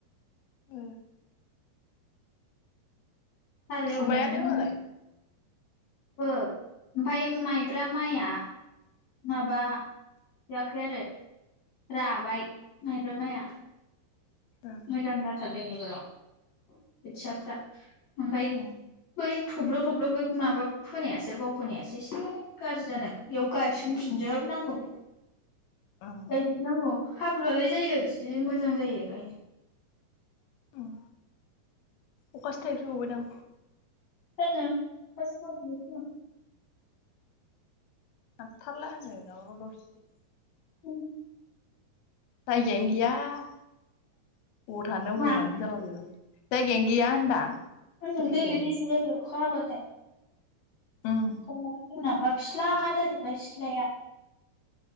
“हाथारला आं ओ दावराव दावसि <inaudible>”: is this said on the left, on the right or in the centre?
Left